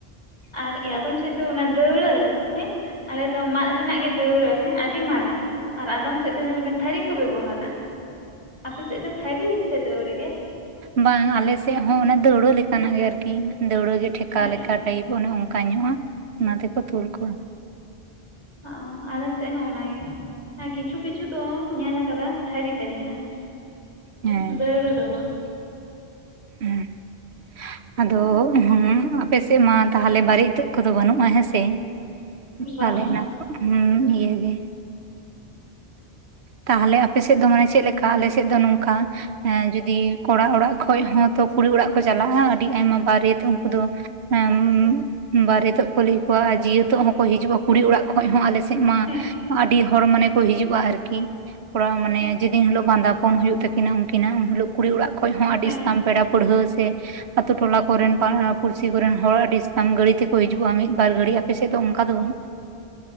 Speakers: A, on the left (about 25°); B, on the right (about 80°).
A: ᱟᱨ ᱮ ᱟᱫᱚᱢ ᱥᱮᱫ ᱫᱚ ᱚᱱᱟ ᱫᱟᱹᱣᱲᱟᱹ ᱦᱮᱸ ᱟᱞᱮ ᱫᱚ ᱢᱟᱫ ᱨᱮᱱᱟᱜ ᱜᱮ ᱫᱟᱹᱣᱲᱟᱹ ᱦᱮᱸ ᱟᱹᱰᱤ ᱢᱟᱨᱟᱝ ᱟᱨ ᱟᱫᱚᱢ ᱥᱮᱫ ᱫᱚ ᱧᱮᱞᱢᱮ ᱛᱷᱟᱹᱨᱤ ᱠᱚ ᱵᱮᱵᱚᱦᱟᱨᱟ, ᱟᱯᱮ ᱥᱮᱫ ᱫᱚ ᱛᱷᱟᱹᱨᱤ ᱥᱮ ᱫᱟᱹᱣᱲᱟᱹ ᱜᱮ?
B: ᱵᱟᱝᱼᱟ ᱟᱞᱮᱥᱮᱫ ᱦᱚᱸ ᱚᱱᱮ ᱫᱟᱹᱣᱲᱟᱹ ᱞᱮᱠᱟᱱᱟᱜ ᱜᱮ ᱟᱨᱠᱤ ᱫᱟᱹᱣᱲᱟᱹᱜ ᱜᱮ ᱴᱷᱮᱠᱟ
A: ᱦᱮᱸ
B: ᱞᱮᱠᱟ ᱾ ᱴᱟᱭᱤᱯ ᱚᱱᱮ ᱚᱱᱠᱟ ᱧᱚᱜᱼᱟ ᱚᱱᱟ ᱛᱮᱠᱚ ᱛᱩᱞ ᱠᱚᱣᱟ ᱾
A: ᱦᱳᱜᱼᱚᱸ ᱟᱞᱮ ᱥᱮᱫ ᱦᱚᱸ ᱚᱱᱟᱜᱮ ᱾ ᱦᱮᱸ ᱠᱤᱪᱷᱩ ᱠᱤᱪᱷᱩ ᱫᱚ ᱧᱮᱞ ᱟᱠᱟᱫᱟ ᱛᱷᱟᱹᱨᱤ ᱛᱟᱦᱮᱱᱟ ᱾
B: ᱦᱮᱸ ᱾
A: ᱫᱟᱹᱣᱲᱟᱹ ᱫᱚ ᱵᱟᱝ
B: ᱦᱮᱸ ᱾ ᱟᱫᱚ ᱦᱩᱸ ᱟᱯᱮ ᱥᱮᱫ ᱢᱟ ᱛᱟᱦᱚᱞᱮ ᱵᱟᱨᱮ ᱤᱛᱟᱹᱫ ᱠᱚᱫᱚ ᱵᱟᱹᱱᱩᱜᱼᱟ ᱾ ᱦᱮᱸ ᱥᱮ
A: ᱵᱟᱝ
B: ᱛᱟᱦᱚᱞᱮ ᱚᱱᱟᱜ ᱠᱚ ᱦᱩᱸ ᱤᱭᱟ ᱜᱮ ᱾ ᱛᱟᱦᱚᱞᱮ ᱟᱯᱮ ᱥᱮᱫ ᱫᱚ ᱢᱟᱱᱮ ᱪᱮᱫ ᱞᱮᱠᱟ? ᱟᱞᱮ ᱥᱮᱫ ᱫᱚ ᱱᱚᱝᱠᱟ ᱦᱮᱸ ᱡᱚᱫᱤ ᱠᱚᱲᱟ ᱚᱲᱟᱜ ᱠᱷᱚᱡ ᱦᱚᱸᱛᱚ ᱠᱩᱲᱤ ᱚᱲᱟᱜ ᱠᱚ ᱪᱟᱞᱟᱜᱼᱟ, ᱟᱹᱰᱤ ᱟᱭᱢᱟ ᱵᱟᱨᱮᱛ ᱩᱱᱠᱩ ᱫᱚ ᱦᱮᱸ ᱵᱟᱨᱦᱮ ᱛᱚᱜ ᱠᱚ ᱞᱟᱹᱭᱮᱜ ᱠᱚᱣᱟ ᱟᱨ ᱡᱤᱭᱟᱹ ᱛᱚᱜ ᱦᱚᱸᱠᱚ ᱦᱤᱡᱩᱜᱼᱟ ᱠᱩᱲᱤ ᱚᱲᱟᱜ ᱠᱷᱚᱡ ᱦᱚᱸ ᱟᱞᱮ ᱥᱮ ᱫ ᱢᱟ
A: ᱦᱮᱸ
B: ᱟᱹᱰᱤ ᱦᱚᱲ ᱢᱟᱱᱮ ᱠᱚ ᱦᱤᱡᱩᱜᱼᱟ ᱟᱨᱠᱤ ᱾ ᱠᱚᱲᱟ ᱢᱟᱱᱮ ᱡᱮᱫᱤ ᱤᱱ ᱦᱤᱞᱳᱜ ᱵᱟᱸᱫᱟᱯᱚᱱ ᱦᱩᱭᱩᱜ ᱛᱟᱹᱠᱤᱱᱟ ᱩᱱᱠᱤᱱᱟᱜ ᱩᱱ ᱦᱤᱞᱳᱜ ᱠᱩᱲᱤ ᱚᱲᱟᱜ ᱠᱷᱚᱡ ᱦᱚᱸ ᱟᱹᱰᱤ
A: ᱦᱮᱸ
B: ᱥᱮᱛᱟᱱ ᱯᱮᱲᱟ ᱯᱟᱲᱦᱟᱹᱣ ᱥᱮ ᱟᱛᱳ ᱴᱚᱞᱟ ᱠᱚᱨᱮᱱ ᱵᱟᱝ ᱯᱩᱲᱥᱤ ᱠᱚᱨᱮᱱ ᱦᱚᱲ ᱟᱹᱰᱤ ᱥᱮᱛᱟᱢ ᱜᱟᱹᱲᱤ ᱛᱮᱠᱚ ᱦᱤᱡᱩᱜᱼᱟ, ᱢᱤᱫ-ᱵᱟᱨ ᱜᱟᱹᱲᱤ ᱟᱯᱮᱥᱮᱫ ᱫᱚ ᱚᱱᱠᱟ ᱫᱚ ᱵᱟᱝ?